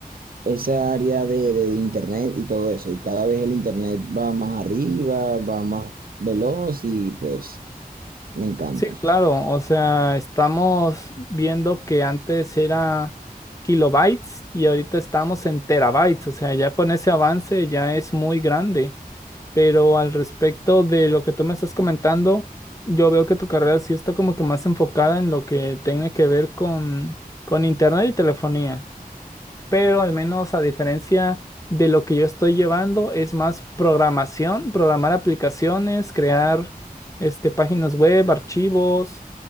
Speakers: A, on the right (about 70°); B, on the left (about 20°).
A: esa área de, de internet y todo eso. Y cada vez el internet va más arriba, va más veloz y pues me encanta.
B: Sí, claro, o sea, estamos viendo que antes era kilobytes y ahorita estamos en terabytes, o sea, ya con ese avance ya es muy grande. Pero al respecto de lo que tú me estás comentando, yo veo que tu carrera sí está como que más enfocada en lo que tiene que ver con, con internet y telefonía pero al menos a diferencia de lo que yo estoy llevando, es más programación, programar aplicaciones, crear este, páginas web, archivos,